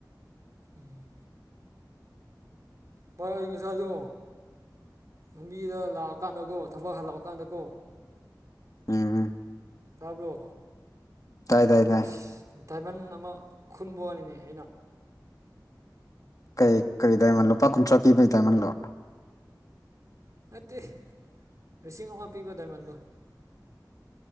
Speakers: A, on the right; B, on the left.
A: ꯎꯝ ꯄꯥꯏ ꯑꯩ ꯉꯁꯥꯏꯗꯣ ꯂꯝꯕꯤꯗ ꯂꯥꯛꯑꯀꯥꯟꯗꯀꯣ ꯊꯕꯛ ꯍꯜꯂꯛꯑꯀꯥꯟꯗꯀꯣ
B: ꯎꯝꯝ
A: ꯇꯥꯕ꯭ꯔꯣ
B: ꯇꯥꯏ ꯇꯥꯏ ꯇꯥꯏ
A: ꯑꯩꯁ ꯗꯥꯏꯃꯟ ꯑꯃ ꯈꯨꯟꯕ ꯋꯥꯅꯦ ꯑꯩꯅ
B: ꯀꯩ ꯀꯔꯤ ꯗꯥꯏꯃꯜ ꯂꯨꯄꯥ ꯀꯨꯟꯊ꯭ꯔꯥ ꯄꯤꯕꯩ ꯗꯥꯏꯃꯜꯂꯣ
A: ꯅꯠꯇꯦ ꯂꯤꯁꯤꯡ ꯑꯃ ꯄꯤꯕ ꯗꯥꯏꯃꯟꯗꯣ